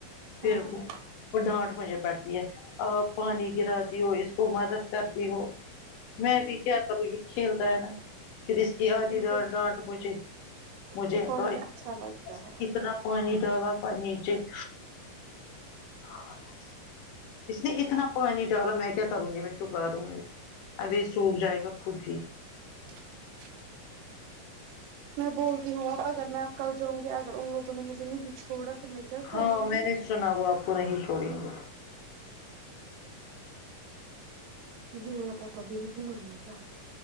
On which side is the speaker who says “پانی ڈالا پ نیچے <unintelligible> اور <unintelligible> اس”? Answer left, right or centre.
Left